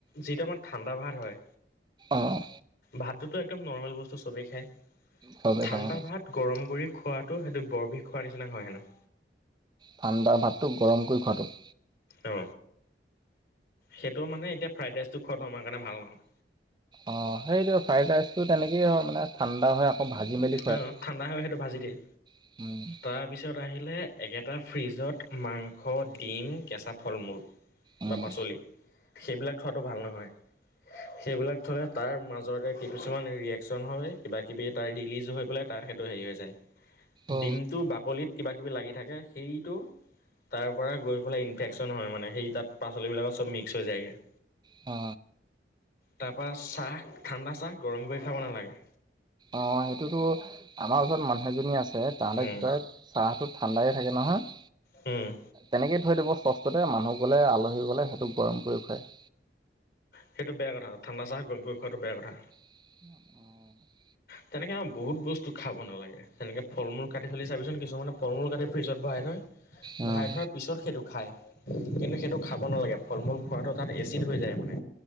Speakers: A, on the left; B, on the right.
A: যিটো আমাৰ ঠাণ্ডা ভাত হয়।
B: অঁ
A: ভাতটোতো একদম নৰ্মেল বস্তু, চবেই খাই,
B: চবেই
A: ঠাণ্ডা
B: খায়
A: ভাত গৰম কৰি খোৱাটো সেইটো বৰ বিষ খোৱাৰ নিচিনা হয় হেনো।
B: ঠাণ্ডাৰ ভাতটো গৰম কৰি খোৱাটো
A: অ, সেইটো মানে এতিয়া ফ্ৰাইড ৰাইচটো খোৱাটো আমাৰ কাৰণে ভাল নহয়।
B: অ, সেইটো ফ্ৰাইড ৰাইচটো তেনেকেই হয় মানে ঠাণ্ডা হয় আকৌ ভাজি মেলি খুৱায়
A: অ ঠাণ্ডা হয়, সেইটো ভাজি দিয়ে।
B: <inaudible>
A: তাৰপিছত আহিলে একেটা ফ্ৰিজত মাংস, ডিম, কেঁচা ফল মূল।
B: উম
A: বা পাচলি, সেইবিলাক থোৱাটো ভাল নহয়। সেইবিলাক থলে, তাৰ মাজতে কিছুমান ৰিয়কচন হয়, কিবা কিবি এটা ৰি যোগ হৈ পেলাই তাত সেইটো হেৰি হৈ যায়,
B: অ
A: ডিমটো বাকলিত কিবা কিবি লাগি থাকে সেইটো তাৰ পৰা গৈ পেলাই ইনফেকশচন হয় মানে, সেই তাত পাচলিবিলাকত চ'ব মিক্স হৈ যায়গৈ।
B: অ,
A: তাৰ পৰা চাহ ঠাণ্ডা চাহ গৰম কৰি খাব নালাগে।
B: অ, সেইটোতো আমাৰ ওচৰত মানুহ এজনী আছে তাহতে
A: উম
B: কি কৰে চাহটো ঠাণ্ডাই থাকে নহয়।
A: উম,
B: তেনেকে থৈ দিব চছটোতে মানুহ গ'লে, আলহী গ'লে সেইটো গৰম কৰি খুৱাই।
A: সেইটো বেয়া কথা, ঠাণ্ডা চাহ গম গৈ খোৱাটো বেয়া কথা।
B: <unintelligible>
A: তেনেকে বহুত বস্তু খাব নালাগে। তেনেকে ফল মূল কাটি চি, চাবিচোন কিছুমানে ফল মূল কাটি ফ্ৰজত বহাই থয়।
B: উম
A: ভৰাই থোৱাৰ পিছত সেইটো খায়, কিন্তু সেইটো খাব নালাগে ফল মূল খোৱাটো তাত এচিড হৈ যায় মানে,